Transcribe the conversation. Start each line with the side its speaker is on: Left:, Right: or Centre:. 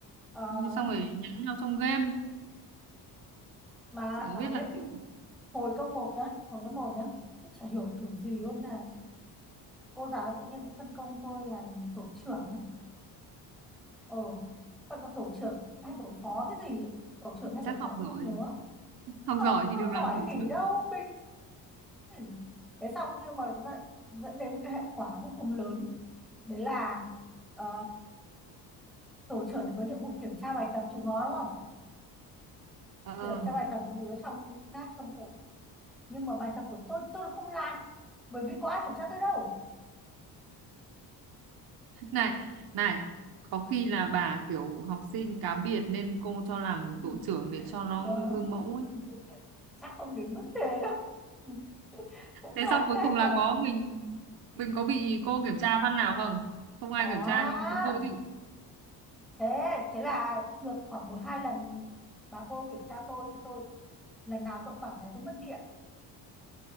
Centre: ờ,
Right: xong rồi nhắn nhau trong game
Centre: mà
Right: chẳng
Centre: bà
Right: biết
Centre: ấy
Right: là thì
Centre: hồi cấp một nhá hồi cấp một nhá tôi chả hiểu kiểu gì luôn thầy cô giáo tự nhiên lại phân công tôi là tổ trưởng nhá ờ phân công tổ trưởng hay tổ phó cái gì ấy. tổ trưởng hay
Right: chắc
Centre: tổ
Right: học
Centre: phó tôi
Right: giỏi
Centre: không nhớ
Right: học
Centre: không
Right: giỏi thì
Centre: không
Right: được làm
Centre: giỏi
Right: thủ
Centre: khỉ
Right: trưởng
Centre: đâu mình ừ. thế xong nhưng mà nó lại dẫn đến một cái hệ quả vô cùng lớn đấy là ờ, tổ trưởng thì có nhiệm vụ kiểm tra bài tập chúng nó đúng không
Right: ờ ờ.
Centre: kiểm tra bài tập những đứa trong khác trong tổ nhưng mà bài tập của tôi tôi là không làm bởi vì có ai kiểm tra tôi đâu
Right: này này có khi là bà kiểu học sinh cá biệt nên cô cho làm
Centre: <laughs>
Right: tổ trưởng để cho nó
Centre: Ờ,
Right: gương mẫu ấy
Centre: <laughs> chắc không đến mức thế đâu <laughs> cũng
Right: thế
Centre: có ăn
Right: xong cuối
Centre: phép
Right: cùng là
Centre: mà
Right: có mình mình có bị cô kiểm tra phát nào không không ai
Centre: có
Right: kiểm tra
Centre: à.
Right: nhưng có cô chịu
Centre: thế thế là được khoảng một hai lần bà cô kiểm tra tôi thì tôi lần nào tôi cũng bảo nhà tôi mất điện